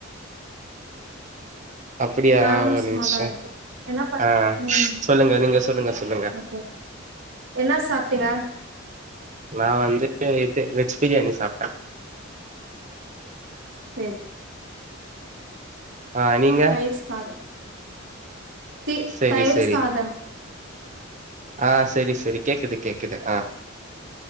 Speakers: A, on the right; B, on the right.
A: அப்டியா
B: நானு
A: ஒரு
B: சும்மாதா
A: நிமிஷோ
B: இருக்கே என்ன ப
A: ஆ
B: ம்
A: சொல்லுங்க நீங்க சொல்லுங்க சொல்லுங்க
B: ஓகே ஓகே என்னா சாப்ட்டீங்க
A: நா வந்து இது வெஜ் பிரியாணி சாப்ட்டே
B: சேரி
A: ஆ நீங்க
B: தயிர்சாத தி
A: சேரி
B: தயிர்
A: சேரி
B: சாதம்
A: ஆ செரி செரி கேக்குது கேக்குது ஆ